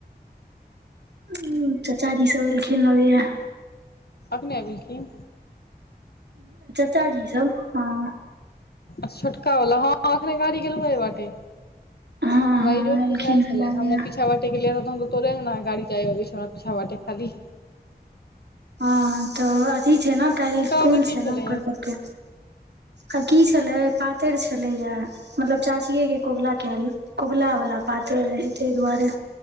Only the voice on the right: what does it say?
उ चचाजी सब एलखिन लगैये।
चचाजी सब हँ।
हँ
हँ
एलखिन
हँ लागैया
हँ तऽ अथी छै न, काल्हि
कुल
छै
ने ओकर सबके। आ की छलै, पातरि छलैय, मतलब चाचीेये के कबुला कैल, कबुला वाला पातरि। कर रहै ताहि दुआरे।